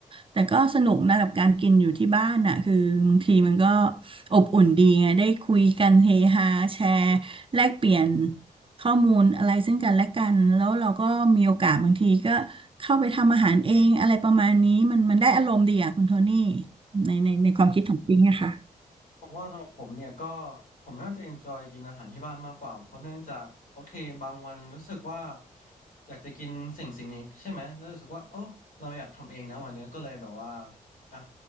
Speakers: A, on the right (about 35°); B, on the left (about 65°).
A: แต่ก็สนุกนะกับการกินอยู่ที่บ้านน่ะคือบางทีมันก็อบอุ่นดีไงได้คุยกันเฮฮาแชร์แลกเปลี่ยนข้อมูลอะไรซึ่งกันและกันแล้วเราก็มีโอกาสบางทีก็เข้าไปทำอาหารเองอะไรประมาณนี้มันมันได้อารมณ์ดีอ่ะคุณโทนี่ในในในความคิดของปิงนะคะ
B: ผมว่าสำหรับผมเนี่ยก็ผมน่าจะเอนจอยกินอาหารที่บ้านมากกว่าเพราะเนื่องจากโอเคบางวันรู้สึกว่าอยากจะกินสิ่งสิ่งนี้ใช่ไหมแล้วรู้สึกว่าโอ้เราอยากทำเองนะวันเนี้ยก็เลยแบบว่าอ่ะ